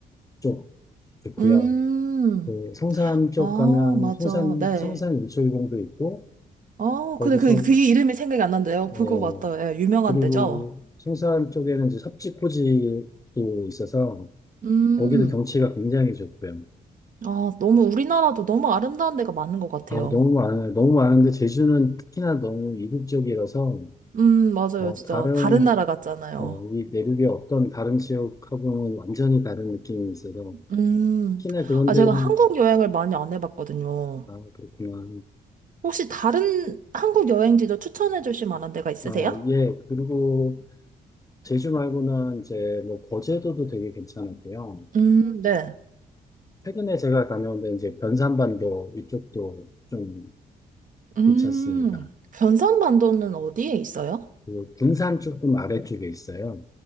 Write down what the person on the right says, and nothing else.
음.
아,
맞아.
네.
아,
근데 그, 그 이름이 생각이 안 난대요.
그거 맞다. 예, 유명한
데죠?
음.
아, 너무 우리나라도 너무 아름다운 데가 많은 것 같아요.
음, 맞아요.
진짜
다른 나라 같잖아요.
음.
아,
제가 한국
여행을 많이 안 해봤거든요.
혹시 다른 한국 여행지도 추천해 주실 만한 데가 있으세요?
음, 네.
음,
변산반도는 어디에 있어요?